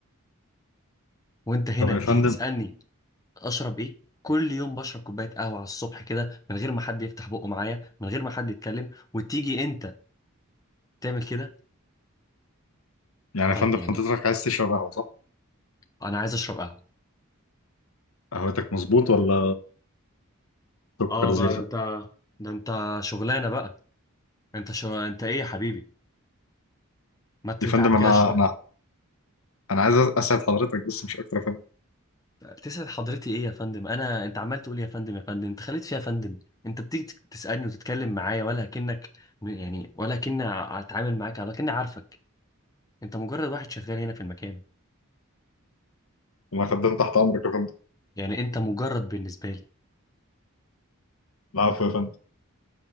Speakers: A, on the left; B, on the left.
A: وانت هنا
B: طب يا
A: تيجي
B: فندم
A: تسالني اشرب ايه كل يوم بشرب كوبايه قهوه على الصبح كده من غير ما حد يفتح بقه معايا من غير ما حد يتكلم وتيجي انت تعمل كده
B: يعني يا
A: طب
B: فندم
A: يعني
B: حضرتك عايز تشرب قهوة صح؟
A: انا عايز اشرب قهوه
B: قهوتك مظبوط ولا سكر
A: اه
B: زيادة؟
A: بقى ده انت ده انت شغلانه بقى انت شو... انت ايه يا حبيبي ما تتعب
B: يا فندم
A: كده
B: أنا
A: شويه
B: أنا أنا عايز أسعد حضرتك بس مش أكتر يا فندم
A: تسعد حضرتي ايه يا فندم انا انت عمال تقول إيه يا فندم يا فندم انت خليت فيها يا فندم انت بتيجي تك- تسالني وتتكلم معايا ولا كأنك يعني ولا كأني اتعامل معاك ولا كأني عارفك انت مجرد واحد شغال هنا في المكان
B: أنا خدام تحت أمرك يا فندم
A: يعني انت مجرد بالنسبه لي
B: العفو يا فندم